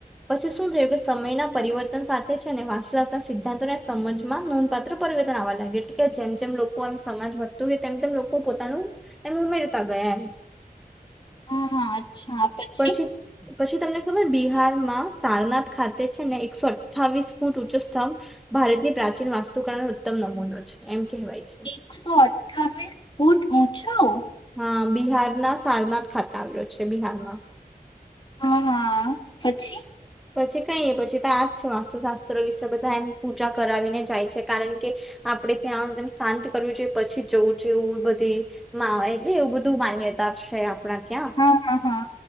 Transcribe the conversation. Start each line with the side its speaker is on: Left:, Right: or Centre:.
Centre: પછી શું થયું કે સમયના પરિવર્તન સાથે છે ને વાસુદસના સિદ્ધાંતોને સમજમાં નોંધપાત્ર પરિવર્તન આવવા લાગ્યું એટલે કે જેમ જેમ લોકો એમ સમાજ વધતું ગય તેમ તેમ લોકો પોતાનું એમ ઉમેરતા ગયા એમ.
Left: હા હા અચ્છા પછી.
Centre: પછી પછી તમને. ર બિહારમાં સારનાથ ખાતે છે ને એકસો અઠ્ઠાવીસ ફૂટ ઉઊંચો સ્તંભ ભારતની પ્રાચીન વાસ્તુકણનો ઉત્તમ નમૂનો છે એમ. કહેવાય છે.
Left: એકસો અઠ્ઠાવીસ ફૂટ. ઓછું.
Centre: હા બિહારના સારનાથ ખાતે આવેલો છે બિહારમાં.
Left: હા હા પછી.
Centre: પછી કઈ એ પછી તો આજ વાસ્તુશાસ્ત્ર વિશે બધા એમ પૂજા કરાવીને જાય છે કારણ કે આપડે ત્યાંમ શાંત કરવી જોઈએ પછી જવું જોઈએ એવું બધી એટલે એવું બધું માન્યતા છે. આપણા ત્યાં.
Left: હા હા હા